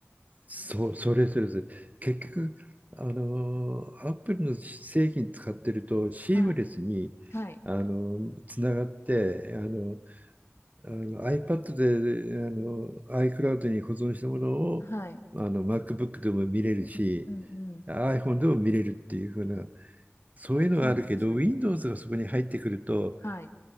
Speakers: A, on the right; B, on the left.
A: そう、それそれそれ。結局、あのー、アップルの製品使ってると、シームレスに、
B: はい、はい、
A: あのー、つながって、あの、あの iPad で、あの、iCloud に保存したものを、
B: はい。
A: あの、MacBook でも見れるし、
B: うんうんうんうん。
A: iPhone でも見れるっていう風な、そういうのがあるけど、
B: そうなんですよね。
A: Windows がそこに入ってくると、
B: はい。